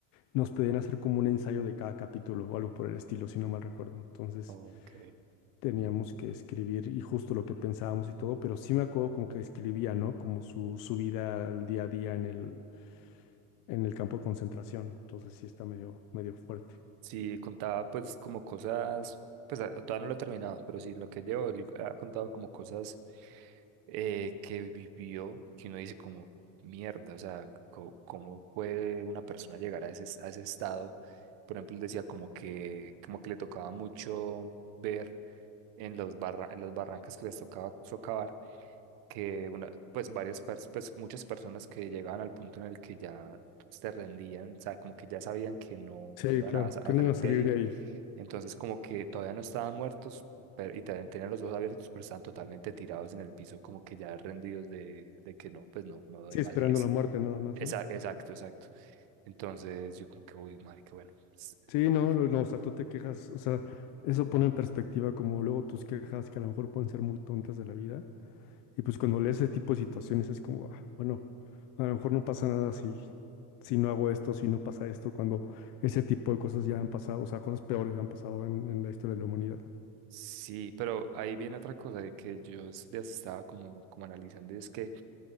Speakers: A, on the left (about 65°); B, on the right (about 80°).
A: nos pedían hacer como un ensayo de cada capítulo o algo por el estilo, si no mal recuerdo. Entonces
B: Ok.
A: teníamos que escribir y justo lo que pensábamos y todo, pero sí me acuerdo como que escribía, ¿no? Como su, su vida al día a día en el, en el campo de concentración. Entonces sí está medio, medio fuerte.
B: Sí, contaba pues como cosas, pues ah, todavía no lo he terminado, pero sí, en lo que llevo, él ha contado como cosas eh, que vivió, que uno dice como mierda, o sea, co- ¿cómo puede una persona llegar a ese, a ese estado? Por ejemplo, él decía como que, como que le tocaba mucho ver en los barra- en las barrancas que les tocaba socavar que una, pues varias pers- pues muchas personas que llegaban al punto en el que ya se rendían, o sea, como que ya sabían que no,
A: Sí,
B: no iban
A: claro,
B: a, a
A: que no
B: salir
A: iba a salir
B: de ahí,
A: de ahí.
B: entonces como que todavía no estaban muertos pero, y también tenían los ojos abiertos, pero estaban totalmente tirados en el piso, como que ya rendidos de, de que no, pues no, no doy
A: Sí,
B: más
A: esperando
B: y es,
A: la muerte nada más,
B: esa-
A: ¿no?
B: exacto, exacto. Entonces yo como que, uy, marica, bueno, pues,
A: Sí,
B: eh,
A: no, no, no, o sea, tú te quejas, o sea, eso pone en perspectiva como luego tus quejas que a lo mejor pueden ser muy tontas de la vida. Y pues cuando lees ese tipo de situaciones es como, ah, bueno, a lo mejor no pasa nada si, si no hago esto, si no pasa esto, cuando ese tipo de cosas ya han pasado, o sea, cosas peores ya han pasado en, en la historia de la humanidad.
B: sí, pero ahí viene otra cosa de que yo s- ya estaba como, como analizando, y es que